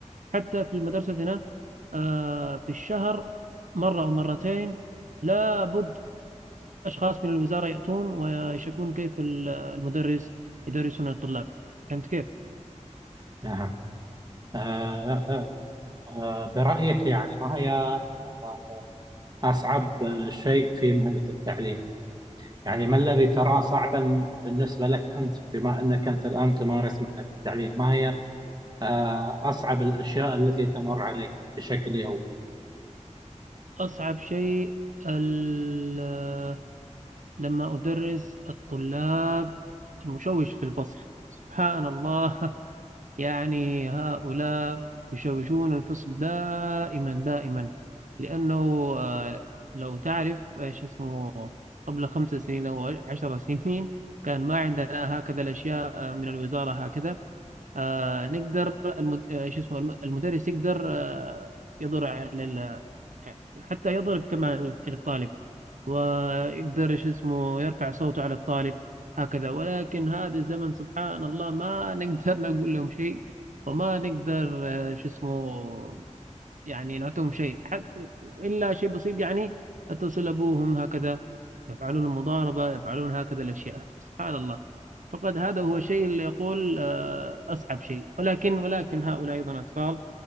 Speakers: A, on the right; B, on the right.
A: حتى في مدرستنا آه، في الشهر مرة أو مرتين لابد أشخاص من الوزارة يأتون ويشكون كيف ال- المدرس يدرسون الطلاب فهمت كيف؟
B: نعم آه، آه، آه، برأيك يعني ما هي آه، أصعب شيء في مهنة التعليم؟ يعني ما الذي تراه صعبا بالنسبة لك أنت بما أنك أنت الآن تمارس مهنة التعليم؟ ما هي آه، أصعب الأشياء التي تمر عليك بشكل يومي؟
A: أصعب شيء ال- لما أدرس الطلاب المشوش في الفصل سبحان الله <laughs> يعني هؤلاء يشوشون الفصل دائما دائما لأنه آه، لو تعرف آه، شو اسمه قبل خمس سنين أو عشر سنين كان ما عندنا هكذا الأشياء آه، من الوزارة هكذا آه، نقدر المد... آه، شو اسمه الم- المدرس يقدر آه، يضر على ال... حتى يضرب كمان الطالب ويقدر شو اسمه يرفع صوته على الطالب هكذا ولكن هذا الزمن سبحان الله ما <laughs> نقدر نقول لهم شيء وما نقدر آه، شو اسمه يعني نعطيهم شيء حتى إلا شيء بسيط يعني اتصل أبوهم هكذا يفعلون المضاربة يفعلون هكذا الأشياء سبحان الله فقد هذا هو الشيء اللي يقول آه، أصعب شيء ولكن ولكن هؤلاء أيضا أطفال